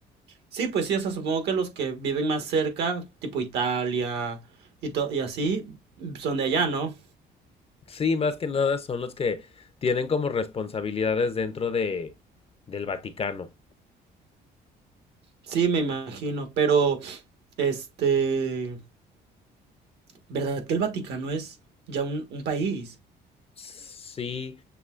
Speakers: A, on the right; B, on the left.
A: Sí, pues sí, o sea, supongo que los que viven más cerca, tipo Italia y, to- y así, son de allá, ¿no?
B: Sí, más que nada son los que tienen como responsabilidades dentro de del Vaticano.
A: Sí, me imagino, pero, este, ¿verdad que el Vaticano es ya un, un país?
B: Sí,